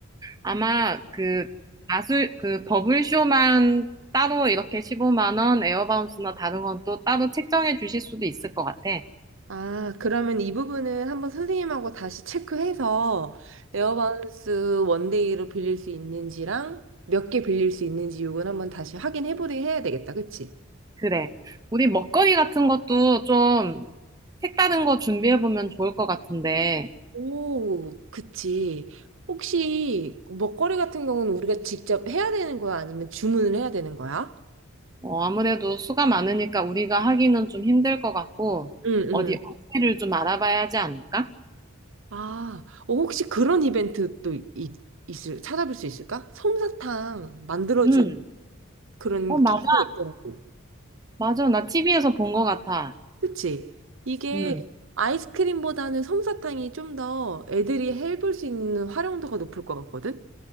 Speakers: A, on the right (about 15°); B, on the right (about 60°).
A: 아마 그 마술, 그 버블쇼만 따로 이렇게 15만 원, 에어바운스나 다른 건 또 따로 책정해 주실 수도 있을 것 같아.
B: 아, 그러면 이 부분은 한번 선생님하고 다시 체크해서 에어바운스 원데이로 빌릴 수 있는지랑 몇 개 빌릴 수 있는지 요건 한번 다시 확인해 보게 해야 되겠다. 그치?
A: 그래. 우리 먹거리 같은 것도 좀 색다른 거 준비해보면 좋을 것 같은데,
B: 오, 그치. 혹시 먹거리 같은 경우는 우리가 직접 해야 되는 거야? 아니면 주문을 해야 되는 거야?
A: 어, 아무래도 수가 많으니까 우리가 하기는 좀 힘들 것 같고,
B: 응, 응.
A: 어디 업체를 좀 알아봐야 하지 않을까?
B: 아, 어, 혹시 그런 이벤트 또 있, 있을, 찾아볼 수 있을까? 솜사탕 만들어준
A: 음.
B: 그런
A: 어, 맞아.
B: 기계 있더라고.
A: 맞아. 나 TV에서 본 것 같아.
B: 그치? 이게
A: 음.
B: 아이스크림보다는 솜사탕이 좀 더 애들이 해볼 수 있는 활용도가 높을 것 같거든?